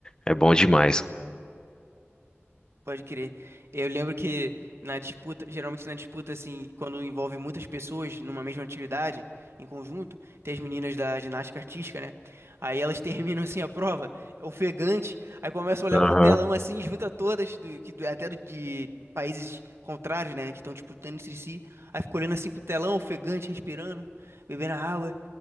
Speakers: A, on the left (about 20°); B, on the right (about 70°).
A: é bom demais.
B: Pode crer. É, Eu lembro que na disputa, geralmente na disputa, assim, quando envolve muitas pessoas numa mesma atividade, em conjunto, tem as meninas da ginástica artística, né? Aí elas <laughs> terminam, assim, a prova, ofegante, aí começam a olhar
A: Aham,
B: pro telão, assim, junta todas, do, que, do- até do- de países contrários, né, que estão disputando entre si, aí fica olhando, assim, pro telão, ofegante, respirando, bebendo água,